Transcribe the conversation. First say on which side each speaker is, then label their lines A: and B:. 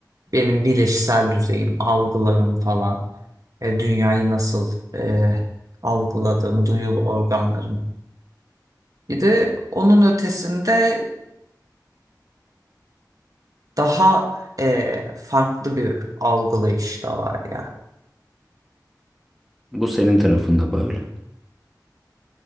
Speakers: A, on the right (about 55°); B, in the centre.
A: Benim bileşsel düzeyim, algılarım falan. E, dünyayı nasıl e, algıladığım, duyu organlarım. Bir de onun ötesinde daha e, farklı bir algılayış da var ya.
B: bu senin tarafında böyle.